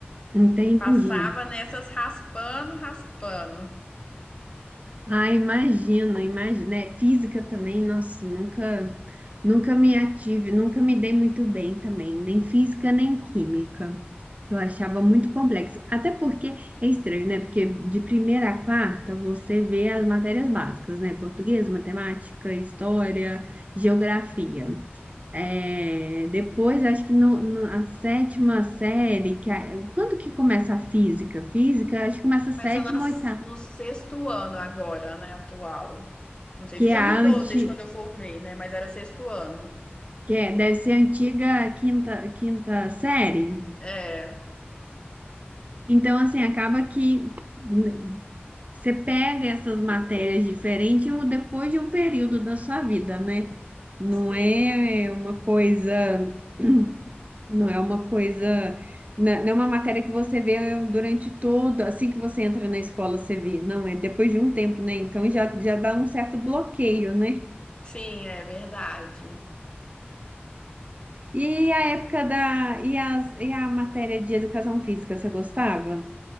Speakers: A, on the right; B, on the left.
A: Entendi.
B: Passava nessas raspando, raspando.
A: Ah, imagino, imagino. É, física também, nossa, nunca, nunca me ative, nunca me dei muito bem também, nem física, nem química. Eu achava muito complexo. Até porque é estranho, né? Porque de primeira a quarta você vê as matérias básicas, né? Português, matemática, história, geografia. É, depois, acho que no, no- a sétima série, que a- quando que começa a física? Física, acho que começa a sétima,
B: Começa nas-
A: oitava,
B: no sexto ano agora, né, atual. Não sei
A: que
B: se já
A: é a
B: mudou
A: anti,
B: desde quando eu formei, né? Mas era sexto ano.
A: que é, deve ser a antiga quinta, quinta série.
B: É,
A: Então, assim, acaba que né, você pega essas matérias diferentes um- depois de um período da sua vida, né? Não
B: sim,
A: é uma coisa. Não é uma coisa, na- não é uma matéria que você vê durante todo, assim que você entra na escola, você vê. Não, é depois de um tempo, né? Então já, já dá um certo bloqueio, né?
B: sim, é verdade.
A: E a época da, e as, e a matéria de educação física, você gostava?